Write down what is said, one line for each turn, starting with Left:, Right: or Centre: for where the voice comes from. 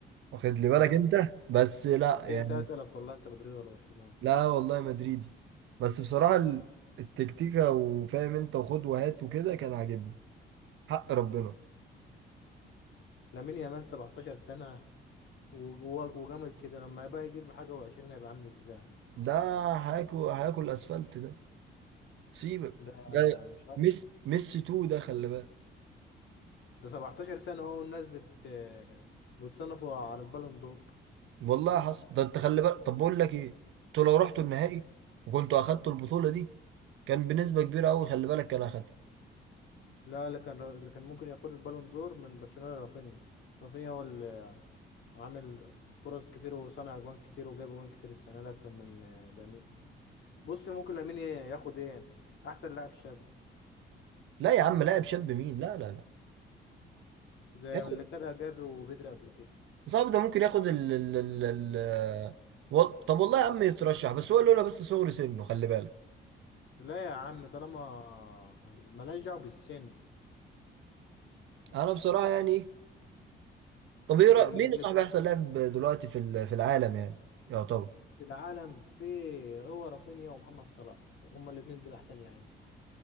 Right: واخد لي بالك
Left: اه
Right: أنت بس لا يعني
Left: لسه اسالك والله انت مدريد ولا برشلونه
Right: لا والله مدريدي بس بصراحة ال- التكتيكة وفاهم أنت وخد وهات وكده كان عاجبني حق ربنا
Left: لامين يامال 17 سنه و- و- وجامد كده لما يبقى يجيب حاجه و20 هيبقى عامل ازاي
Right: ده هياكل هياكل أسفلت ده سيبك
Left: ده
Right: ده
Left: مش عارف
Right: ميسي ميسي تو ده خلي بالك
Left: ده 17 سنه اهو الناس بت بتصنفه على البالون دور
Right: والله حصل ده أنت خلي بالك طب بقول لك إيه أنتوا لو رحتوا النهائي وكنتوا أخدتوا البطولة دي كان بنسبة كبيرة أوي خلي بالك كان أخدها
Left: لا اللي كان اللي كان ممكن ياخد البالون دور من برشلونه رافينيا رافينيا هو اللي عامل فرص كتير وصنع اجوان كتير وجاب اجوان كتير السنه دي اكتر من لامين بص ممكن لامين ياخد ايه احسن لاعب شاب
Right: لا يا عم لاعب شاب مين لا لا لا
Left: زي
Right: ياخد
Left: اللي خدها جافي وبدري قبل كده
Right: صعب ده ممكن ياخد ال ال ال ال و... طب والله يا عم يترشح بس هو لولا بس صغر سنه خلي بالك
Left: لا يا عم طالما ملهاش دعوة بالسن
Right: أنا بصراحة يعني إيه، طب إيه رأ-
Left: ال-
Right: مين
Left: اللي
Right: يا صاحبي أحسن لاعب دلوقتي في ال- في العالم يعني يعتبر
Left: في العالم فيه هو رافينيا ومحمد صلاح هما الاتنين دول أحسن لعيب